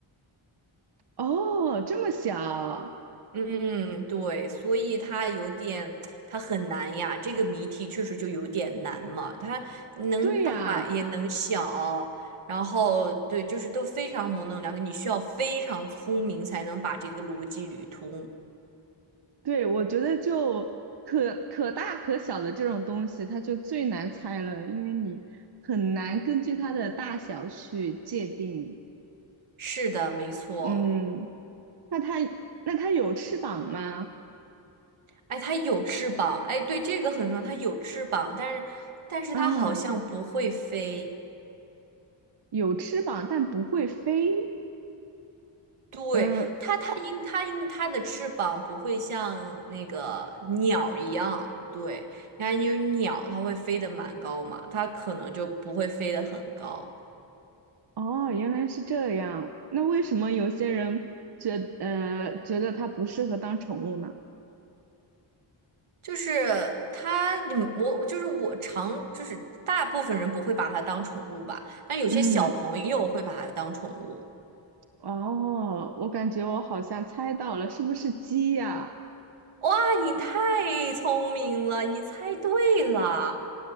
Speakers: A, on the right (about 50°); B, on the right (about 80°).
A: 哦，这么小，
B: 嗯，对，所以它有点，它很难呀。这个谜题确实就有点难嘛，它能大也能小，
A: 对呀。
B: 然后对，就是都非常模棱两可，你需要非常聪明才能把这个逻辑捋通。
A: 对，我觉得就可可大可小的这种东西，它就最难猜了，因为你很难根据它的大小去界定。
B: 是的，没错。
A: 嗯，那它那它有翅膀吗？
B: 哎，它有翅膀，哎，对，这个很重要，它有翅膀，但是但是它好像不会飞。
A: 啊，有翅膀，但不会飞。
B: 对，
A: 嗯，
B: 它，它因它因它的翅膀不会像那个鸟儿一样，对，你看因为鸟它会飞得蛮高嘛，它可能就不会飞得很高。
A: 哦，原来是这样。那为什么有些人觉呃觉得它不适合当宠物呢？
B: 就是它，你我就是我常就是大部分人不会把它当宠物吧，但有些小朋友会把它当宠物。
A: 嗯，哦，我感觉我好像猜到了，是不是鸡呀？
B: 哇，你太聪明了，你猜对了。